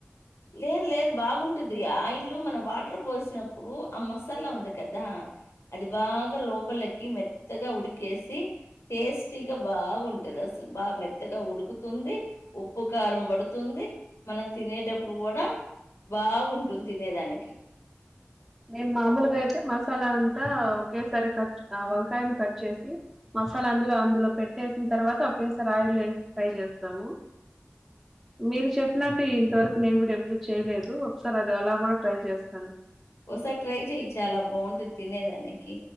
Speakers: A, on the left (about 85°); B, in the centre.
A: లేదు లేదు బాగుంటది ఆయిల్లు మన వాటర్ పోసినప్పుడు ఆ మసాల ఉంది కదా అది బాగ లోపలె మెత్తగా ఉడికేసి టేస్టీ గా బాగుంటది అసలు బా మెత్తగా ఉడుకుతు ఉప్పు కారం పడుతుంది మనం తినే టప్పుడు కూడా బాగుంటుంది తినేదానికి
B: మేం మామూలుగా అయితే మసాల అంతా ఒకేసారి కట్ ఆ వంకాయని కట్ చేసి మసాల అందులో అందులో పెట్టేసిన తర్వాత ఒకేసారి ఆయిల్ వేసి ఫ్రై చేస్తాము మీరు చెప్పినట్టే ఇంతవరకు నేను కూడ ఎప్పుడు చేయలేదు ఒకసారి అది అలా కూడా ట్రై చేస్తాను
A: ఒకసారి ట్రై చెయి చాల బాగుంటది తినేదానికి